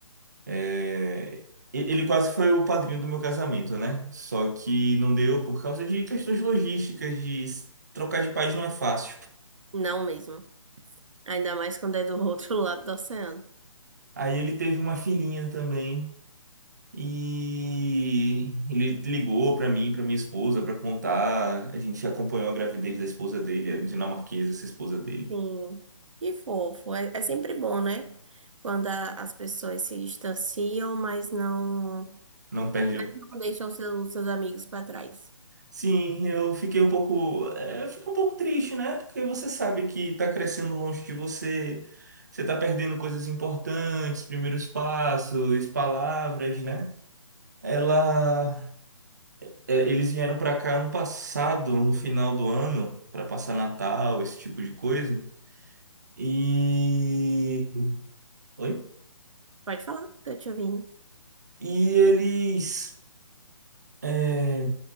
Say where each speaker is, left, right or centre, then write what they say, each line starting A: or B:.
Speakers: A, on the right; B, on the right.
A: É, e- ele quase foi o padrinho do meu casamento, né? Só que não deu por causa de questões logísticas, de s- trocar de país não é fácil.
B: Não mesmo. Ainda mais quando é do outro lado do oceano.
A: Aí ele teve uma filhinha também e ele ligou pra mim, pra minha esposa, pra contar. A gente acompanhou a gravidez da esposa dele, a dinamarquesa, essa esposa dele.
B: Sim. Que fofo. É, é sempre bom, né? Quando a- as pessoas se distanciam, mas não,
A: Não perde
B: mas
A: um.
B: não deixam seu- seus amigos para trás.
A: Sim, eu fiquei um pouco, é, eu fico um pouco triste, né? Porque você sabe que tá crescendo longe de você, você tá perdendo coisas importantes, primeiros passos, palavras, né? Ela, é, eles vieram pra cá ano passado, no final do ano, pra passar Natal, esse tipo de coisa. E, oi?
B: Pode falar, tô te ouvindo.
A: E eles, é,